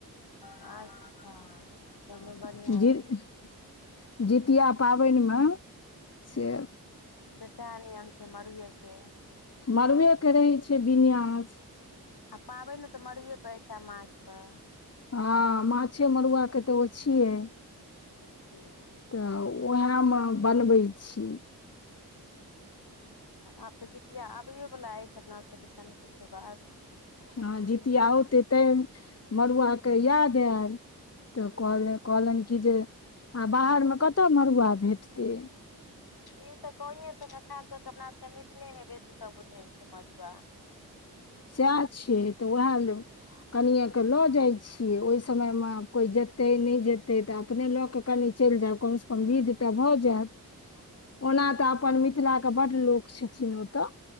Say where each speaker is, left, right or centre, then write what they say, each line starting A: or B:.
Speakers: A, on the left; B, on the left.
A: अच्छा चलू बढ़िआँ
B: <unintelligible>
A: अछि
B: जितिया पाबनि मे से
A: तएह नियम छै मड़ुए के
B: मरबे के रहै छै विन्यास
A: अ पाबनि ने तऽ मरे पड़ै छै माछ पर
B: ह माछे मरुआ के तऽ ओ छियै
A: अच्छा
B: त उह मे बनबै छी
A: आब तऽ जितिया आबैए वला अछि अपना सभके कनि दिनक के बाद
B: हँ जीतिया औते तै मड़ुआके याद आयल त
A: जी
B: कहल कहलनि कि जे आ बाहरमे कतऽ मड़ुआ भेटतै
A: ई तऽ क सभ ने खा सभ तऽ अपना सभके मिथिले मे बेसी सभ बुझै छै मड़ुआ
B: सएह छियै तऽ उएह कनिएके लऽ जाइ छियै ओहि। समय मे कोई जेते नहि जेते। ते तऽ अपने कऽ कनि चलि जाउ कमसँ कम विध तऽ भऽ जायत ओना तऽ अपन मिथिला के बड़ लोक छथिन ओतऽ